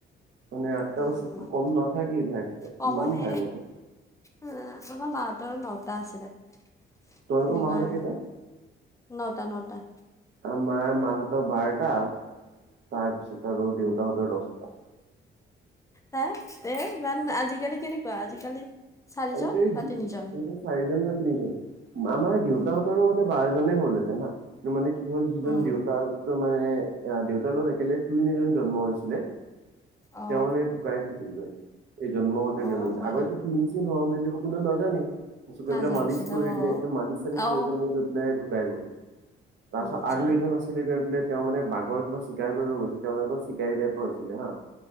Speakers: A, on the right; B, on the left.
A: মানে, আঠটা
B: কমা নমান
A: কম নাথাকে ভাই। ককাই
B: কমনে!
A: ইমান ভাই ককাই
B: আমাৰ, মাহঁতৰ নটা আছিলে। সেনেকুৱা
A: তোমালোকৰ মাহঁতৰ
B: আৰু
A: কেইটা
B: নটা-নটা।
A: আমাৰ মাহঁতৰ বাৰটা, তাৰপিছত আৰু দেউতাহঁতৰ দহটা।
B: হা! এ, ইমান, আজিকালি কেনেকুৱা? আজিকালি চাৰিজন
A: আজিকালি,
B: বা তিনিজন
A: চাৰিজন বা তিনিজন। আমাৰ দেউতাহঁতৰো
B: উম
A: মানে, বাৰজনেই হ'ল হেতেন হা! কিন্তু মানে, কি হ'ল, যিজন
B: উম
A: দেউতা মানে, দেউতাৰ লগত একেলগ, টুইন এজন জন্ম হৈছিলে।
B: অ
A: তেওঁ মানে, ঢুকাই থাকিল গৈ, এই জন্ম হওঁতে <unintelligible>
B: অ হয়
A: আগতেতো
B: নেকি
A: <unintelligible> চ' গৈ
B: নাজানিছিলা
A: পেলাই মালিচ কৰি
B: অ
A: দিলে। এই, মালিচ- চালিচ
B: অ
A: কৰি গৈ পেলাই ঢুকাই গ'ল। তাৰপিছত
B: অ আচ্ছা
A: আৰু এজন আছে। <unintelligible> তেওঁ মানে, বাঘৰ কিবা চিকাৰ কৰিব গৈছিল, তেওঁলোকৰ চিকাৰী টাইপৰ আছিলে, হা।